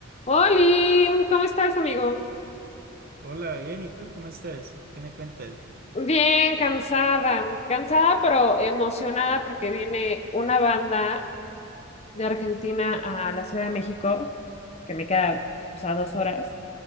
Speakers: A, on the left; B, on the right.
A: Oli, ¿cómo estás, amigo?
B: Hola, bien, ¿y tú cómo estás? ¿Qué me cuentas?
A: Bien, cansada, cansada pero emocionada porque viene una banda de Argentina a la Ciudad de México, que me queda pues, a dos horas,